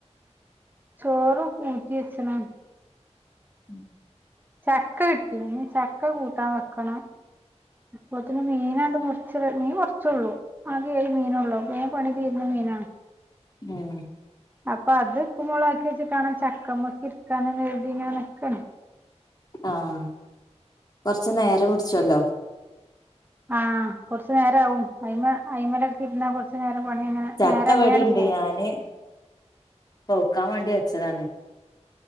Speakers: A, on the right; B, on the left.
A: ചോറ് ഊറ്റി വെച്ച്ണ്.
B: ഉം
A: ചക്ക കിട്ടി ഇനീ ചക്ക കൂട്ടാൻ വെക്കണം അപ്പതന്നെ മീനണ്ട് മുറച്ച് മീൻ കുറച്ചുള്ളൂ ആകെ ഏഴ് മീനുള്ളൂ വേം പണി തീരണ മീനാണ്
B: ഉം
A: അപ്പൊ അത് ഉപും മൊളാക്കി വെച്ചിട്ടാണ ചക്കമ്മൊക്കെ ഇരിക്കാനന്ന് കരുതിങ്ങാനെ നികണ്
B: ആഹ് കൊറച്ച് നേരം പുടിച്ചല്ലോ
A: ആഹ് കൊറച്ചു നേരാവും അയിമ അയിമലക്കെ ഇരുന്ന കുറച്ച് നേരം പണി അങ്ങനെ
B: ചക്കവിടിണ്ട്
A: നേരം അങ്ങനെയാണ്ട് പോവും
B: ഞാന് പോക്കാൻ വേണ്ടി വച്ചതാണ്